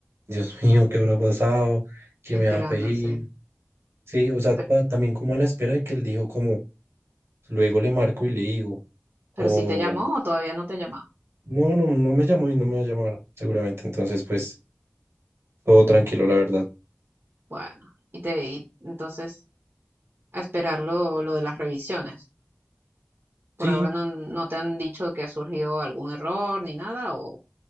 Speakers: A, on the right (about 80°); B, on the right (about 60°).
A: Dios mío, ¿qué habrá pasado? ¿Qué
B: esperándose.
A: me va a pedir? Sí, o sea,
B: Pero,
A: ta- también como a la espera de que él dijo como, luego le marco y le digo.
B: pero
A: O,
B: si te llamó o todavía no te llamó.
A: No, no, no no me llamó y no me va a llamar, seguramente. Entonces, pues, todo tranquilo, la verdad.
B: Bueno, y te, y entonces a esperar lo, lo de las revisiones. Por
A: Sí,
B: ahora no, no te han dicho que ha surgido algún error ni nada, o,